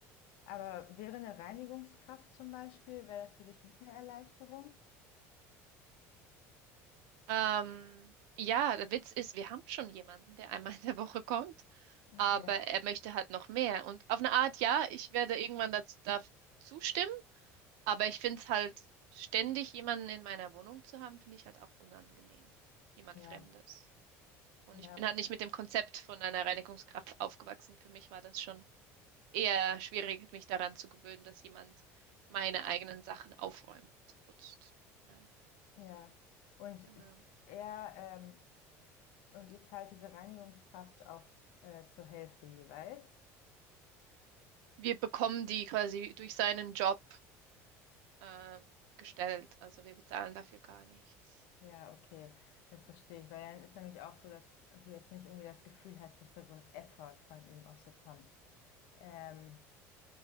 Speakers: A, on the left (about 70°); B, on the right (about 75°).
A: Aber wäre eine Reinigungskraft zum Beispiel, wäre das für dich nicht eine Erleichterung?
B: Ähm, ja, der Witz ist, wir haben schon jemanden, der einmal in der Woche kommt,
A: Okay.
B: aber er möchte halt noch mehr. Und auf eine Art, ja, ich werde irgendwann dazu, da zustimmen, aber ich finde es halt, ständig jemanden in meiner Wohnung zu haben, finde ich halt auch unangenehm. Jemand
A: Ja,
B: Fremdes. Und
A: ja,
B: ich bin halt nicht mit dem Konzept von einer Reinigungskraft aufgewachsen. Für mich war das schon eher schwierig, mich daran zu gewöhnen, dass jemand meine eigenen Sachen aufräumt, putzt. Ja,
A: ja. Und
B: genau.
A: er, ähm, und ihr zahlt diese Reinigungskraft auch äh, zur Hälfte jeweils?
B: Wir bekommen die quasi durch seinen Job ähm, gestellt, also wir bezahlen dafür gar nichts.
A: Ja, okay, das verstehe ich, weil dann ist nämlich auch so, dass du jetzt nicht irgendwie das Gefühl hast, dass da so ein Effort von ihm auch so kommt. Ähm,